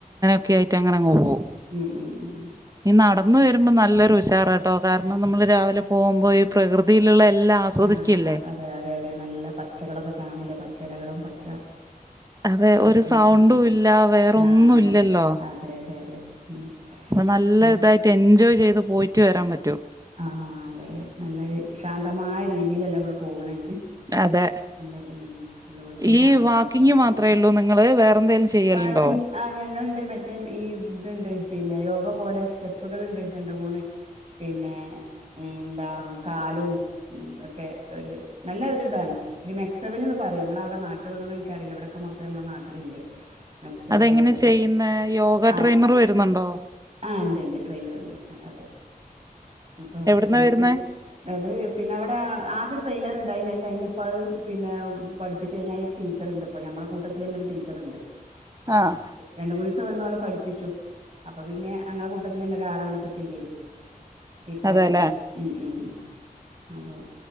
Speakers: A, on the right; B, on the right.
A: ഒക്കെ ആയിട്ട് അങ്ങനെ അങ്ങ് പോകും
B: ഉം ഉം ഉം ഉം.
A: ഇനി നട ഒന്ന് വരുമ്പോ നല്ലൊരു ഉഷാറായിട്ട് കാരണം നമ്മൾ രാവിലെ പോകുമ്പോൾ പ്രകൃതിയിലുള്ള എല്ലാം ആസ്വദിക്കല്ലേ
B: ആ അതെ അതെ അതെ നല്ല പച്ചകളൊക്കെ കാണില്ല പച്ചിലകളും പച്ച
A: അതെ
B: പച്ചപ്പൂകളും
A: ഒരു സൗണ്ടും
B: ആഹ്
A: ഇല്ല വേറൊന്നും
B: ആഹ് അതെ.
A: ഇല്ലല്ലോ
B: അതെ അതെ അതെ പിന്നെ
A: അപ്പൊ നല്ല
B: ഉം
A: ഇതായിട്ട് എൻജോയ് ചെയ്ത് പോയിട്ട് വരാൻ പറ്റും
B: ആ അതെ അതെ നല്ലൊരു ശാന്തമായ രീതിയിലല്ലേ നമ്മള് പോകണേ
A: അതെ
B: നല്ല ഉ എല്ലോടുത്തൊരു
A: ഈ
B: ശാന്തതായിരിക്കും
A: വാക്കിങ്
B: ആ സമയത്ത്
A: മാത്രേ ഉള്ളൂ നിങ്ങള് വേറെന്തേലും ചെയ്യലുണ്ടോ
B: ബാക്കി ആ ഞങ്ങ മറ്റേ ഈ ഇതുണ്ട് പിന്നെ യോഗ പോലെ സ്റ്റെപ്പുകളുണ്ട് രണ്ട് മൂന്ന് പിന്നെ ഉ എന്താ കാലും ഉതൊക്കെ ഒരു നല്ല ഒരു ഇതാണ് ഒരു മെക്സവിൻന്ന് പറയും നിങ്ങള അവിടെ നാട്ടിൽ വന്നോ എനിക്കറിയില്ല ഇവിടൊക്കെ മൊത്തം നമ്മടെ നാട്ടിലുണ്ട് മെക്സവൻ
A: അതെങ്ങനെ
B: അറിയ
A: ചെയ്യുന്ന യോഗ
B: അതെ
A: ട്രെയിനർ വരുന്നുണ്ടോ
B: ആ ഉണ്ട് ഉണ്ട് ട്രെയിനർ ഉണ്ട് അതെ അപ്പൊ
A: എവിടുന്നാ
B: നമുക്ക്
A: വരുന്നേ
B: അത് പിന്നെ അവിടെ ആദ്യ ട്രെയിനർ ഉണ്ടായിന് കഴിഞ്ഞ് ഇപ്പം അത് പിന്നെ പഠിപ്പിച്ചനായി ഒരു ടീച്ചറുണ്ട് ഇപ്പൊ ഞമ്മടെ കൂട്ടത്തിൽ തന്നെ ഒരു ടീച്ചറുണ്ട്
A: ആഹ്
B: രണ്ട് മൂന്ന് ദിവസം വന്ന പോല പഠിപ്പിച്ചു അപ്പൊ പിന്നെ അങ്ങടെ കൂട്ടത്തിൽ തന്നെ ഒരാളാണ് ഇപ്പൊ ചെയ്യല് ടീച്ചറായിട്ട്
A: അതെല്ലേ
B: ഉം ഉം അപ്പം